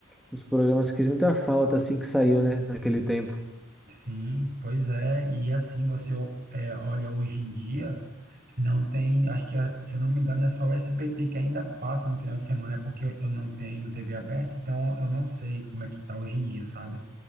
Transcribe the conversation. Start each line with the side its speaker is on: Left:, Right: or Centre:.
Centre: dos programas que fez muita falta, assim, que saiu, né, naquele tempo.
Right: sim, pois é. E assim você ó, é, olha hoje em dia. Não tem, acho que, ah, se eu não me engano, é só o SBT que ainda passa no final de semana, é porque eu eu não tenho TV aberta, então eu não sei como é que tá hoje em dia, sabe?